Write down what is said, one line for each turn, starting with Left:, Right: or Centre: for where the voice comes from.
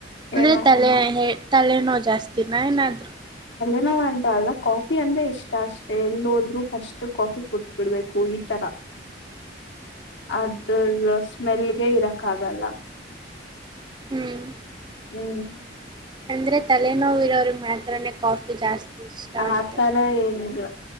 Right: ಅಂದ್ರೆ
Left: ಏನು
Right: ತಲೆ ಹ ತಲೆನೋ ಜಾಸ್ತಿ ದಿನ ಏನಾದ್ರು
Left: ಇೋ ಅಂತ ಅಲ್ಲ ಕಾಫಿ ಅಂದ್ರೆ ಇಷ್ಟ ಅಷ್ಟೆ ಎಲ್ಲಿೋದ್ರೂ ಫಸ್ಟ್ ಕಾಫಿ ಕುುದಬಿಡ್ಬೇಕು ಈ ತರ ಅದ ಸ್ಮೆಲ್ಗೆ ಇರಕ್ ಆಗಲ್ಲ
Right: ಹ್ಮ್
Left: ಹ್ಮ್ <inaudible>
Right: ಅಂದ್ರೆ ತಲೆನೋ ಇರೋ ಮಾತ್ರೇ ಕಾಫಿ ಜಾಸ್ತಿ ಇಷ್ಟ ಅಂತೆ
Left: ಆತರ ಏನಿಲ್ಲ